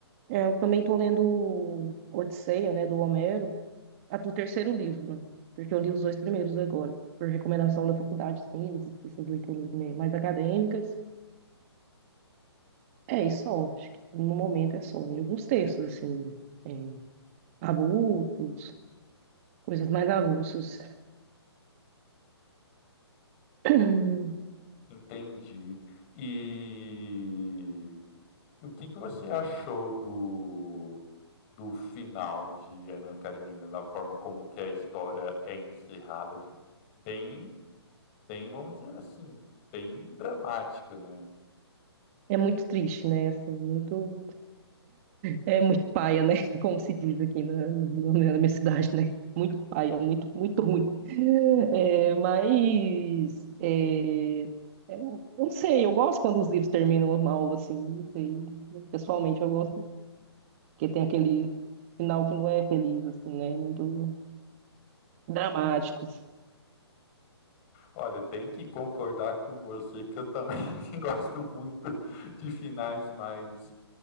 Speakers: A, on the right (about 30°); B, on the left (about 30°).
A: é, eu também estou lendo Odisseia, né, do Homero. a do terceiro livro, né? Porque eu li os dois primeiros agora, por recomendação da faculdade, sim, essas leituras né, mais acadêmicas. É isso só, acho que no momento é só. E alguns textos, assim, é, avulsos, coisas mais avulsas. <clears throat>
B: Entendi. E e o que que você achou do do final de Ana Karenina, da forma como que a história é encerrada, tipo, bem bem, vamos dizer assim, bem dramática, né.
A: É muito triste, né? Assim, muito... É muito paia, né? <laughs> Como se diz aqui na, na, na minha cidade, né? Muito paia, muito, muito ruim. É, mas é, é, eu não sei, eu gosto quando os livros terminam mal, assim, não sei. Pessoalmente eu gosto, porque tem aquele final que não é feliz, assim, né? Muito dramáticos.
B: Olha, tem que concordar com você que eu também <laughs> gosto muito de finais mais,